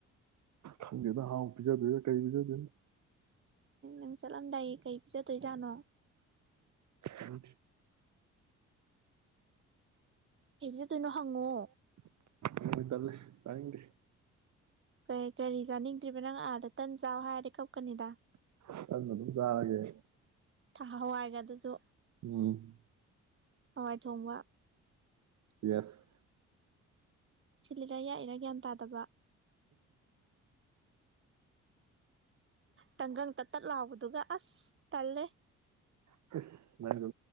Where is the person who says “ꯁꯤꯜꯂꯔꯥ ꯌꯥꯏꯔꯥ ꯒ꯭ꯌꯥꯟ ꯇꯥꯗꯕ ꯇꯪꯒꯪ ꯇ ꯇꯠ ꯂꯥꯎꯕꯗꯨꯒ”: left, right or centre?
Right